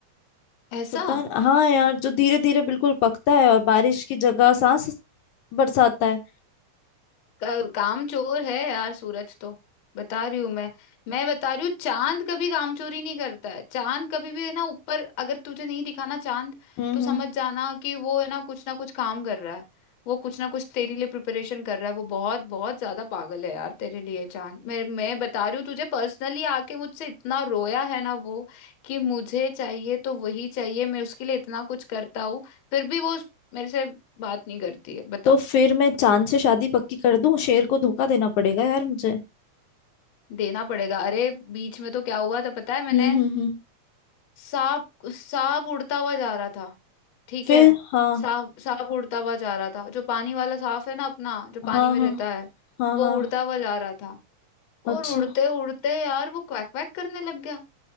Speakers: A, on the left; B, on the left.
A: ऐसा
B: पता हाँ यार जो धीरे धीरे बिल्कुल पकता है और बारिश की जगह सांस बरसाता है
A: का, काम चोर है यार सूरज तो बता रही हूँ मैं मैं बता रही हूँ चांद कभी काम चोरी नहीं करता है चांद कभी भी है ना ऊपर अगर तुझे नहीं दिखाना चांद
B: हम्म
A: तो समझ
B: हम्म
A: जाना कि वो है ना कुछ ना कुछ काम कर रहा है वो कुछ ना कुछ तेरे लिए प्रिपरेशन कर रहा है वो बहुत बहुत ज्यादा पागल है यार तेरे लिए चांद मैं मैं बता रही हूँ तुझे पर्सनली आके मुझसे इतना रोया है ना वो कि मुझे चाहिए तो वही चाहिए मैं उसके लिए इतना कुछ करता हूँ फिर भी वो मेरे से बात नहीं करती है बता
B: तो फिर मैं चांद से शादी पक्की कर दूं शेर को धोखा देना पड़ेगा यार मुझे
A: देना पड़ेगा अरे बीच में तो क्या हुआ था पता है मैंने
B: हम्म हम्म हम्म
A: सांप सांप उड़ता हुआ जा रहा था ठीक
B: फिर
A: है
B: हाँ
A: सांप सांप उड़ता हुआ जा रहा था जो पानी वाला सांप है ना अपना जो पानी
B: हाँ
A: में
B: हाँ
A: रहता है
B: हाँ
A: वो
B: हाँ
A: उड़ता हुआ जा रहा था
B: अच्छा
A: और उड़ते उड़ते यार वो क्वैक क्वैक करने लग गया